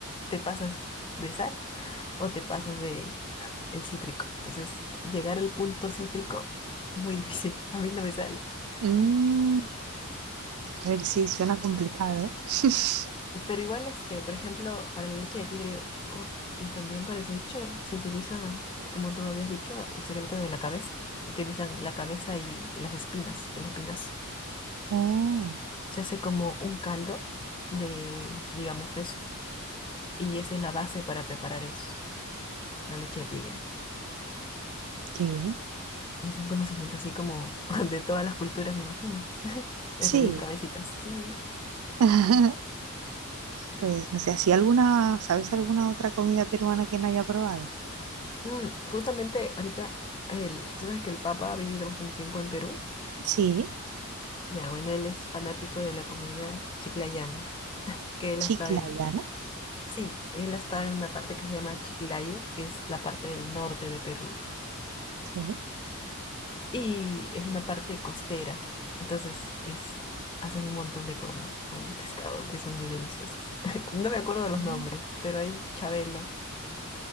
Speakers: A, on the left; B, on the right.
A: te pasas de sal o te pasas de el cítrico. Entonces, llegar al punto cítrico es muy difícil, <laughs> a mí no me sale.
B: Mm, a ver, sí, suena complicado. <laughs>
A: Pero igual, este, por ejemplo, para la leche de tigre o- y también para el ceviche se utiliza, como tú habías dicho, el secreto de la cabeza. Utilizan la cabeza y las espinas, el espinazo.
B: Oh,
A: Se hace como un caldo de, digamos, eso. Y esa es la base para preparar eso. la leche de tigre.
B: qué bien.
A: Es un conocimiento así como <laughs> de todas las culturas, me imagino. Hervir
B: Sí.
A: cabecitas, sí.
B: <laughs> Pues no sé, ¿así alguna, sabes alguna otra comida peruana que no haya probado?
A: Mm, justamente ahorita, el, tú sabes que el Papa ha vivido bastante tiempo en Perú.
B: Sí,
A: Ya, bueno, él es fanático de la comida chiclayana, que él
B: chiclayana,
A: ha estado en, sí, él ha estado en una parte que se llama Chiclayo, que es la parte del norte de Perú.
B: sí.
A: Y es una parte costera. Entonces, es, hacen un montón de cosas con pescado que son muy deliciosas. <laughs> No me acuerdo de los
B: Mm.
A: nombres, pero hay chabelo